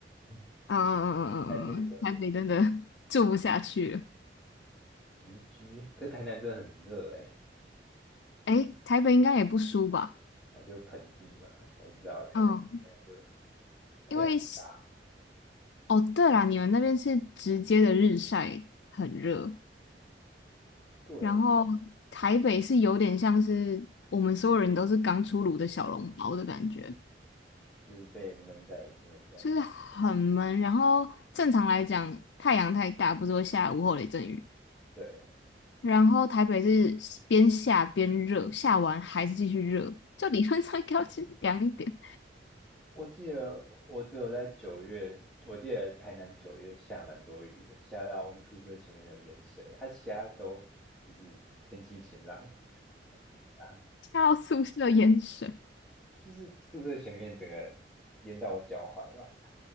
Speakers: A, in the centre; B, on the left.
A: 嗯
B: 嗯嗯嗯嗯嗯，
A: 台北生活过
B: 嗯台北真的 <laughs> 住不下去了。
A: 宜居，可是台南真的很热哎、
B: 诶，台北应该也不输吧？
A: 啊就盆地嘛，我不知道台南台南就
B: 嗯，
A: 太阳大，
B: 因为是哦，对啦，你们那边是直接的日晒，很热，
A: 对，
B: 然后台北是有点像是我们所有人都是刚出炉的小笼包的感觉。
A: 就是被闷在里面这样，
B: 就是很闷。然后正常来讲，太阳太大，不是会下午后雷阵雨。
A: 对。
B: 然后台北是边下边热，下完还是继续热，就理论上应该要去凉一点，
A: 我记得我只有在九月，我记得台南九月下蛮多雨的，下到我们宿舍前面的淹水，啊，其他都就是天气晴朗啊，
B: 下到宿舍淹水，
A: 就是宿舍前面整个淹到我脚踝吧，